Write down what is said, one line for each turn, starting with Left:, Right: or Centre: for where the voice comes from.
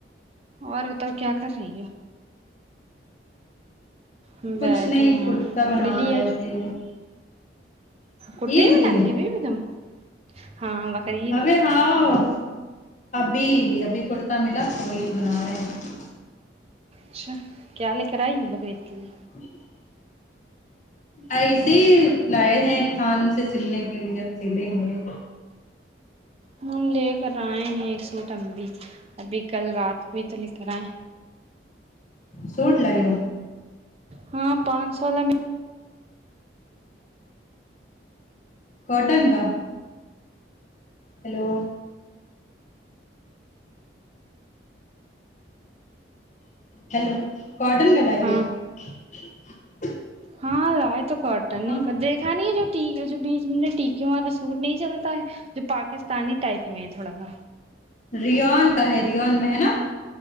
Right: اور بتاؤ کیا کر رہی ہو ہم بیٹھے
Left: کچھ نہیں
Right: ہیں
Left: کرتا
Right: کپڑے
Left: بنا
Right: لے
Left: رہے
Right: آئی
Left: تھے
Right: کرتے
Left: عید
Right: ہی بناتی
Left: کے
Right: ہو ابھی بھی تم ہاں بقرعید
Left: ابے ہاں ابھی ابھی کورٹ ملا تو وہی بنا رہے ہیں
Right: اچھا کیا لے کر آئی بکرا عید کے لیے
Left: <unintelligible> ایسے لائے ہیں کان سے سلنے کے لیے سیلیں گے
Right: ہم لے کر آئے ہیں ایک سوٹ ہم بھی ابھی کل رات کو ہی تو لے کر آئے
Left: سوٹ لائی ہو
Right: ہاں پانچ سو وال میں
Left: کاٹن کا ہیلو ہیلو کٹن کرلائی
Right: ہاں
Left: ہو <unintelligible>
Right: ہاں لائے تو کٹن
Left: ہاں
Right: نہیں دیکھا نہیں ہے جو ٹھیک ہے جو منٹ ٹھیک ہوں اپ کو سوٹ نہیں چلتا ہے جو پاکستانی ٹائپ میں ہے تھوڑا سا
Left: ریون کا ہے ریون میں ہے نا